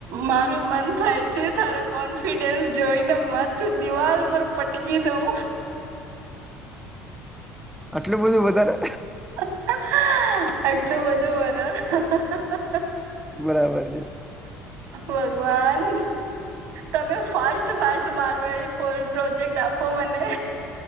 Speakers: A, on the right; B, in the centre.
A: મારું મન થાય છે. તારો કોન્ફિડન્સ જોઈને માથું દિવાલ પર પટકી દઉં.
B: આટલું બધું વધારે.
A: આટલું બધું બરાબર.
B: બરાબર છે.
A: ભગવાન તમે ફાસ્ટ ફાસ્ટ મારવાડી પ્રોજેક્ટ આપો મને.